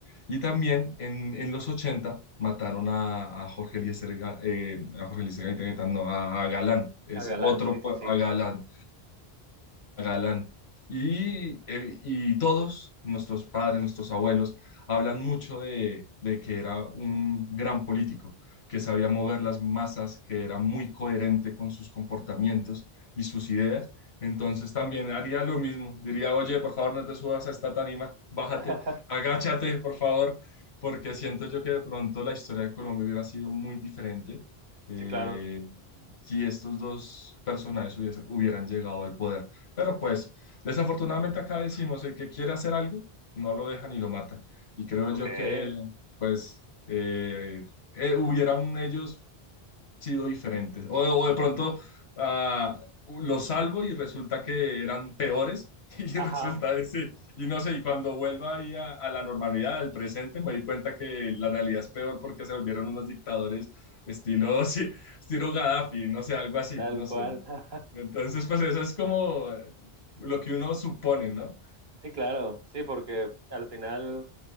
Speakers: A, on the left; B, on the right.
A: Y también en, en los 80 mataron a, a Jorge Eliezer, Ga- eh, a Jorge Eliezer Gaitán, no, a, a Galán, es
B: A Galán,
A: otro
B: sí,
A: pue-
B: sí, sí.
A: a Galán, Galán. Y, eh, y todos, nuestros padres, nuestros abuelos, hablan mucho de, de que era un gran político, que sabía mover las masas, que era muy coherente con sus comportamientos y sus ideas. Entonces también haría lo mismo. Diría, oye, por favor, no te subas a esta tarima, bájate,
B: <laughs>
A: agáchate, por favor, porque siento yo que de pronto la historia de Colombia hubiera sido muy diferente eh,
B: Sí, claro.
A: si estos dos personajes hubiese- hubieran llegado al poder. Pero pues, desafortunadamente acá decimos, el que quiere hacer algo, no lo dejan y lo matan. Y creo
B: Ok.
A: yo que, pues, eh, eh, hubieran ellos sido diferentes. O, o de pronto ah, los salvo y resulta que eran peores <laughs> y
B: Ajá,
A: resulta de sí. Y no sé, y cuando vuelva ahí a, a la normalidad, al presente, me di cuenta que la realidad es peor porque se volvieron unos dictadores estilo, <laughs> sí, estilo Gaddafi, no sé, algo así,
B: tal
A: no
B: cual.
A: sé.
B: <laughs>
A: Entonces, pues eso es como lo que uno supone, ¿no?
B: Sí, claro. Sí, porque al final,